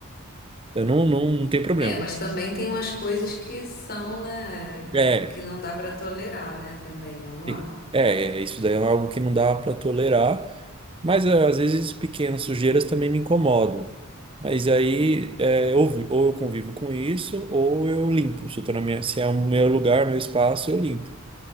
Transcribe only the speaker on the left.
É, mas também tem umas coisas que são, né,
que não dá para tolerar, né, também, vamos lá.